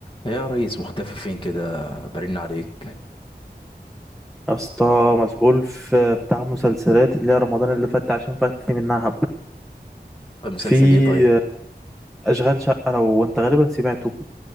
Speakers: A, on the left; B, in the centre.
A: إيه يا ريس مختفي فين كده برن عليك
B: يا اسطى مسحول في بتاع مسلسلات اللي هي رمضان اللي فات ده عشان فاتني منها حبة
A: المسلسل
B: في
A: ايه طيب
B: أشغال شقة لو أنت غالبا سمعته